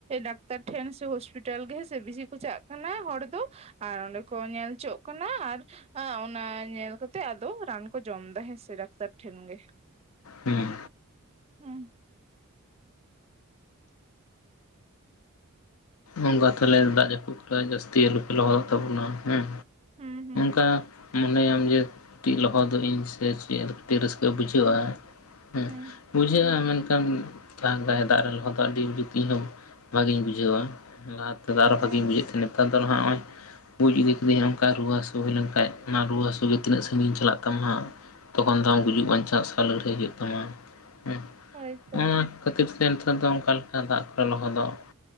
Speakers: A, on the right (about 30°); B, on the left (about 75°).
A: ᱰᱟᱠᱛᱟᱨ ᱴᱷᱮᱱ ᱥᱮ ᱦᱚᱥᱯᱤᱴᱟᱞ ᱜᱮ ᱦᱮᱸᱥᱮ ᱵᱤᱥᱤ ᱠᱚ ᱪᱟᱜ ᱠᱟᱱᱟ ᱦᱚᱲ ᱫᱚ ᱟᱨ ᱚᱸᱰᱮ ᱠᱚ ᱧᱮᱞᱪᱚᱜ ᱠᱟᱱᱟ ᱟᱨ ᱟᱨ ᱚᱱᱟ ᱧᱮᱞ ᱠᱟᱛᱮᱜ ᱟᱫᱚ ᱨᱟᱱ ᱠᱚ ᱡᱚᱢ ᱫᱟ ᱦᱮᱸᱥᱮ ᱰᱟᱠᱛᱟᱨ ᱴᱷᱮᱱ ᱜᱮ ᱾
B: ᱦᱮᱸ
A: ᱦᱮᱸ
B: ᱚᱱᱠᱟ ᱛᱟᱦᱚᱞᱮ ᱫᱟᱜ ᱡᱟᱹᱯᱩ ᱠᱚᱨᱮ ᱡᱟᱹᱥᱛᱤ ᱟᱞᱚᱯᱮ ᱞᱚᱦᱚᱫᱚᱜ ᱛᱟᱵᱚᱱᱟ ᱦᱮᱸ,
A: ᱦᱩᱸ ᱦᱩᱸ
B: ᱪᱤᱠᱟ ᱢᱚᱱᱮᱭᱟᱢ ᱡᱮ ᱡᱮ ᱞᱚᱦᱚᱫᱚᱜ ᱟᱹᱧ ᱥᱮ ᱪᱮᱫ <unintelligible> ᱨᱟᱹᱥᱠᱟᱹ ᱵᱩᱡᱷᱟᱹᱜᱼᱟ
A: ᱦᱩᱸ
B: ᱦᱮᱸ
A: ᱦᱩᱸ
B: ᱵᱩᱡᱷᱟᱹᱜᱼᱟ
A: ᱦᱩᱸ
B: ᱢᱮᱱᱠᱷᱟᱱ ᱫᱟᱜᱼᱟᱭ ᱫᱟᱜ ᱨᱮ ᱞᱚᱦᱚᱫ ᱫᱚ ᱟᱹᱰᱤ ᱡᱩᱠᱛᱤᱧ ᱦᱚᱸ ᱵᱷᱟᱜᱤᱧ ᱵᱩᱡᱷᱟᱹᱣᱟ ᱞᱟᱦᱟᱛᱮ ᱱᱮᱛᱟᱨ ᱫᱚ ᱵᱷᱟᱜᱤᱧ
A: ᱦᱮᱸ
B: ᱵᱩᱡᱽ ᱮᱫ ᱛᱟᱦᱮᱸᱱᱟ, ᱱᱮᱛᱟᱨ ᱫᱚ ᱱᱟᱜ ᱱᱚᱜᱼᱚᱭ ᱦᱩᱭ ᱤᱫᱤᱼᱼ ᱡᱩᱫᱤ ᱱᱚᱠᱟ ᱨᱩᱣᱟᱹ ᱦᱟᱹᱥᱩ ᱦᱩᱭ ᱞᱮᱱ ᱠᱷᱟᱡ ᱚᱱᱟ ᱨᱩᱣᱟᱹ ᱦᱟᱹᱥᱩ ᱜᱮ ᱛᱤᱱᱟᱹᱜ ᱥᱟᱺᱜᱤᱧ ᱪᱟᱞᱟᱜ ᱛᱟᱢᱟ ᱛᱚᱠᱷᱚᱱ ᱫᱚ ᱟᱢ ᱜᱩᱡᱩᱜ ᱵᱟᱧᱪᱟᱜ ᱥᱟᱜ ᱞᱟᱹᱲᱦᱟᱹᱭ ᱦᱩᱭᱩᱜ ᱛᱟᱢᱟ, ᱦᱮᱸ
A: ᱦᱳᱭ ᱛᱚ
B: ᱚᱱᱟ ᱠᱷᱟᱹᱛᱤᱨ ᱛᱮ ᱱᱮᱛᱟᱨ ᱫᱚ ᱚᱱᱠᱟ ᱞᱮᱠᱟ ᱫᱟᱜ ᱠᱚᱨᱮ ᱞᱚᱦᱚᱫᱚᱜ